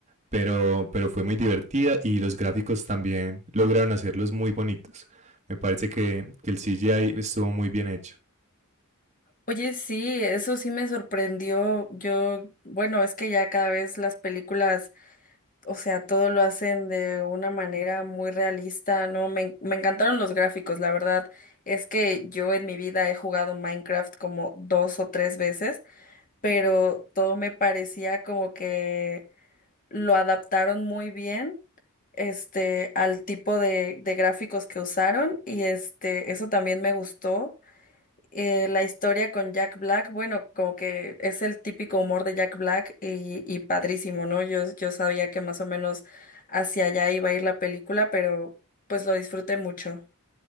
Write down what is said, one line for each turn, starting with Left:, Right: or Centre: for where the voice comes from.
Right: pero, pero fue muy divertida y los gráficos también lograron hacerlos muy bonitos. Me parece que, que el CGI estuvo muy bien hecho.
Left: Oye, sí, eso sí me sorprendió. Yo, bueno, es que ya cada vez las películas o sea, todo lo hacen de una manera muy realista, ¿no? Me, en- me encantaron los gráficos, la verdad es que yo en mi vida he jugado Minecraft como dos o tres veces, pero todo me parecía como que lo adaptaron muy bien, este, al tipo de, de gráficos que usaron y este, eso también me gustó eh, la historia con Jack Black, bueno, como que es el típico humor de Jack Black y, y padrísimo, ¿no? Yo, yo sabía que más o menos hacia allá iba a ir la película, pero pues lo disfruté mucho.